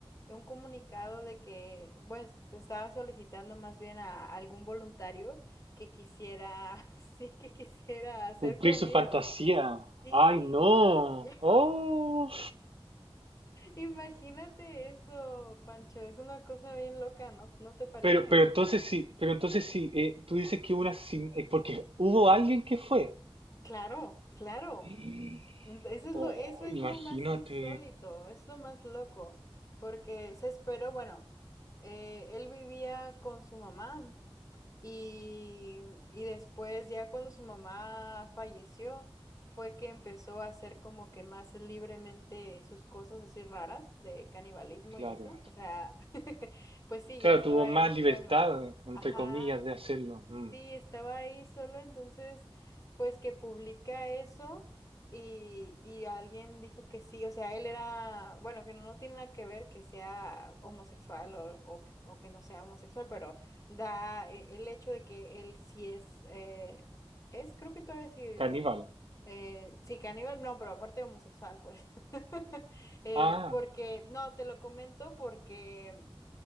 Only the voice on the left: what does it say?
un comunicado de que, pues, estaba solicitando más bien a algún voluntario que quisiera, <laughs> sí, que quisiera ser
comido.
Sí,
<laughs>
imagínate eso, Pancho, es una cosa bien loca, ¿no? ¿No te parece?
Claro, claro.
Ent- Eso es lo,
eso es
lo más insólito, es lo más loco, porque se esperó, bueno, eh, él vivía con su mamá y, y después ya cuando su mamá falleció fue que empezó a hacer como que más libremente sus cosas así raras de canibalismo
y eso, o sea, <laughs> pues sí,
ya estaba
él solo.
Ajá.
Sí, estaba ahí solo, entonces, pues que publica eso y, y alguien dijo que sí, o sea, él era, bueno, que no, no tiene nada que ver que sea homosexual o, o que o que no sea homosexual, pero da eh, el hecho de que él sí es, eh, es, creo que todavía sigue vivo.
Eh, sí, caníbal, no, pero aparte homosexual, pues. <laughs> Eh,
porque, no, te lo comento porque